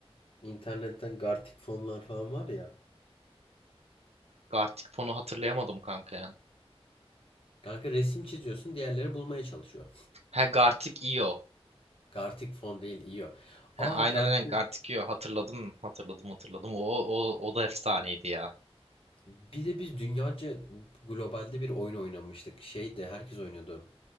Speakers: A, on the left; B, on the right.
A: İnternetten Gartic fonlar falan var ya.
B: Gartic fonu hatırlayamadım kanka ya.
A: Kanka resim çiziyorsun, diğerleri bulmaya çalışıyor.
B: Ha Gartic Io.
A: Gartic fon değil, iyi o. Aa
B: Ha, aynen
A: Gartic
B: aynen Gartic Io hatırladım hatırladım hatırladım. O, o, o da efsaneydi ya.
A: bir de biz dünyaca globalde bir oyun oynamıştık. Şey de herkes oynuyordu.